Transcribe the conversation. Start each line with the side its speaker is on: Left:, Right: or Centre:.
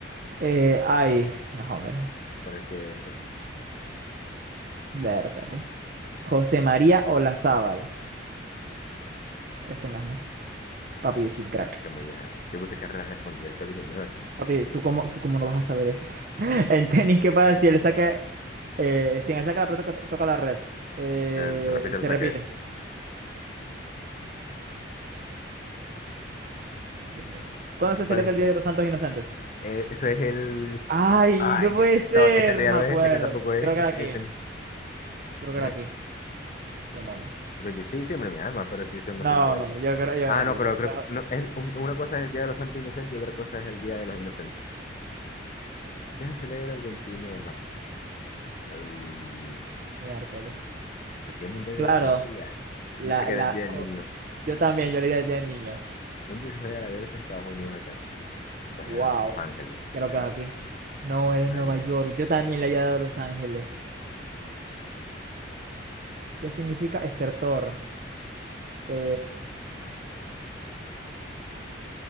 Right: Eh, ay, no, hombre.
Left: Poner que esto,
Right: Vértale. José María Olazábal. Esto mismo. Papi, yo soy un crack.
Left: que muy ya. Yo puse carreras de fondo, después dije, no, ¿qué es eso?
Right: Papi, ¿tú cómo, tú cómo no vas a saber eso? <laughs> En tenis, ¿qué pasa si él saca, eh, si en el saca la pelota to- toca la red? Eh,
Left: Eh, se repite,
Right: se
Left: lo saqué.
Right: repite. Dios mío. ¿Cuándo se celebra
Left: ¿Cuál es
Right: el Día
Left: el?
Right: de los Santos Inocentes?
Left: eh, eso es el...
Right: ¡Ay,
Left: Ay,
Right: no puede
Left: ya-
Right: ser!
Left: no, este
Right: No
Left: ya
Right: me
Left: no
Right: acuerdo.
Left: es, este tampoco es,
Right: Creo que
Left: este,
Right: era aquí.
Left: este,
Right: Creo que
Left: eh,
Right: era aquí. Demonios.
Left: pues yo sí, siempre mi alma, pero sí, eso no
Right: No,
Left: es el de
Right: yo creo, yo
Left: Ah,
Right: no,
Left: no,
Right: yo
Left: pero
Right: creo que
Left: creo
Right: está
Left: que no, es, un- una cosa es el Día de los Santos Inocentes y otra cosa es el Día de los Inocentes. ¿Qué se celebra el 21 de marzo? El,
Right: miércoles.
Left: el Día Mundial
Right: Claro,
Left: de la Poesía.
Right: la,
Left: Yo sé que
Right: la,
Left: era el Día del
Right: oh,
Left: Niño.
Right: yo también, yo le di el Día del Niño.
Left: ¿Dónde se juega la abierto de Estados Unidos de tenis? Eso
Right: Wow,
Left: es en Los Ángeles,
Right: creo
Left: creo.
Right: que es aquí. No, era en
Left: Ah,
Right: Nueva
Left: no, es,
Right: York. Yo también le había dado a Los Ángeles. ¿Qué significa
Left: es-
Right: estertor? Eh,